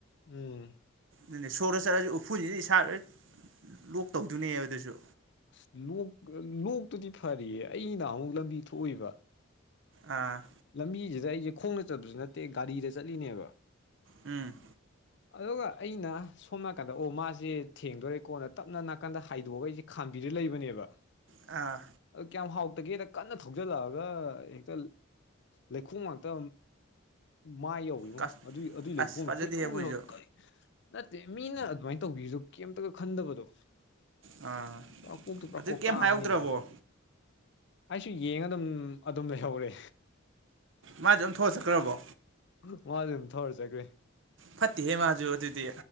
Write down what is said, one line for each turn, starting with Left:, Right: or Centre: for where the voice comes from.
Left: ꯎꯝ
Right: ꯅꯪꯅꯦ ꯁꯣꯔꯗ ꯆꯠꯂꯁꯨ ꯎꯐꯨꯁꯤꯗꯤ ꯏꯁꯥ ꯂꯣꯏ ꯂꯣꯛ ꯇꯧꯗꯣꯏꯅꯦꯕ ꯑꯗꯨꯁꯨ
Left: ꯑꯁ ꯂꯣꯛ ꯂꯣꯛꯇꯨꯗꯤ ꯐꯔꯤꯌꯦ ꯑꯩꯅ ꯑꯃꯨꯛ ꯂꯝꯕꯤ ꯊꯣꯛꯏꯕ
Right: ꯑꯥ
Left: ꯂꯝꯕꯤꯁꯤꯗ ꯑꯩꯁꯦ ꯈꯣꯡꯅ ꯆꯠꯄꯁꯨ ꯅꯠꯇꯦ ꯒꯥꯔꯤꯗ ꯆꯠꯂꯤꯅꯦꯕ
Right: ꯎꯝ
Left: ꯑꯗꯨꯒ ꯑꯩꯅ ꯁꯣꯝ ꯅꯥꯀꯟꯗ ꯑꯣ ꯃꯥꯁꯦ ꯊꯦꯡꯗꯣꯔꯦꯀꯣꯟꯅ ꯇꯞꯅ ꯅꯥꯀꯟꯗ ꯍꯥꯏꯗꯣꯛꯑꯒ ꯑꯩꯁꯦ ꯈꯥꯝꯕꯤꯗ ꯂꯩꯕꯅꯦꯕ
Right: ꯑꯥ
Left: ꯑꯗꯨ ꯀꯌꯥꯝ ꯍꯥꯎ ꯇꯒꯤ ꯍꯦꯛꯇ ꯀꯟꯅ ꯊꯧꯖꯤꯜꯂꯛꯑꯒ ꯍꯦꯛꯇ ꯂꯩꯈꯣꯝ ꯉꯥꯛꯇ ꯃꯥꯏ ꯌꯥꯎꯋꯅꯣ
Right: ꯀꯁ
Left: ꯑꯗꯨꯏ ꯑꯗꯨꯏ ꯂꯩꯈꯣꯡꯗꯣ
Right: ꯑꯁ ꯐꯖꯗꯦꯍꯦ
Left: ꯈꯣꯏꯗꯧꯗ
Right: ꯃꯣꯏꯁꯨ
Left: ꯀꯔꯤ ꯅꯠꯇꯦ ꯃꯤꯅ ꯑꯗꯨꯃꯥꯏꯅ ꯇꯧꯕꯤꯁꯨ ꯀꯩꯝꯇꯒ ꯈꯟꯗꯕꯗꯣ
Right: ꯑꯥ
Left: ꯄ꯭ꯔꯀꯣꯛꯇꯤ ꯄ꯭ꯔꯀꯣꯛꯇꯥ
Right: ꯑꯗꯨ ꯀꯩꯝ ꯍꯥꯏꯍꯧꯗ꯭ꯔꯕꯣ
Left: ꯑꯃꯅꯤꯃꯤ ꯑꯩꯁꯨ ꯌꯦꯡꯉ ꯑꯗꯨꯝ ꯑꯗꯨꯝ ꯂꯩꯍꯧꯔꯦ
Right: ꯃꯥꯗꯤꯦ ꯑꯗꯨꯝ ꯊꯣꯛꯑ ꯆꯠꯈ꯭ꯔꯕꯣ
Left: ꯃꯥꯁ ꯑꯗꯨꯝ ꯊꯧꯔ ꯆꯈ꯭ꯔꯦ
Right: ꯐꯠꯇꯦꯍꯦ ꯃꯥꯁꯨ ꯑꯗꯨꯗꯤ